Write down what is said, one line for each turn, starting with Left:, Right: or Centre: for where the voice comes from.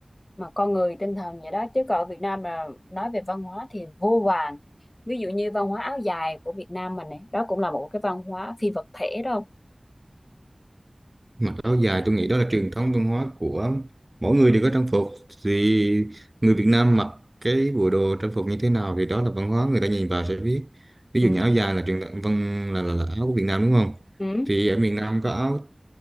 Left: mà con người tinh thần vậy đó chứ còn ở Việt Nam mà nói về văn hóa thì vô vàn ví dụ như văn hóa áo dài của Việt Nam mình này đó cũng là một cái văn hóa phi vật thể đâu
Right: mặc áo dài tôi nghĩ đó là truyền thống văn hóa của mỗi người đều có trang phục thì người Việt Nam mặc cái bộ đồ trang phục như thế nào thì đó là văn hóa người ta nhìn vào sẽ biết ví
Left: ừ,
Right: dụ như áo dài là truyền thống văn là, là, là áo của Việt Nam đúng không
Left: ừ,
Right: thì ở miền Nam có áo